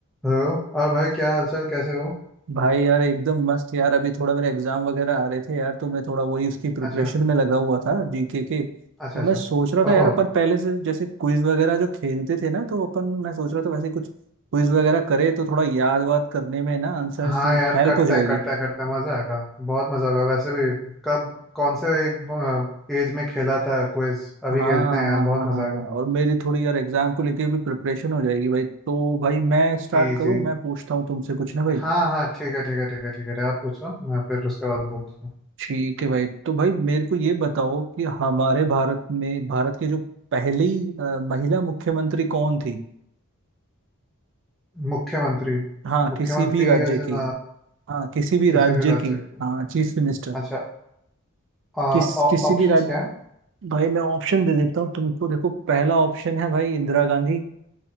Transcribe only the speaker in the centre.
हेलो और भाई क्या हालचाल कैसे हो
अच्छा
अच्छा अच्छा
ओहो
हाँ यार
करते
हैं करते हैं करते हैं मज़ा आएगा बहुत मज़ा होगा वैसे भी कब कौन से एक एज में खेला था क्विज अभी
खेलते हैं यार
बहुत
मज़ा
आएगा
जी
जी
हाँ हाँ ठीक है ठीक है ठीक है ठीक है आप पूछो मैं फिर उसके बाद बोलता हूँ
मुख्यमंत्री
मुख्यमंत्री
एज
इन
किसी
भी राज्य
के
अच्छा ऑप्शंस
क्या है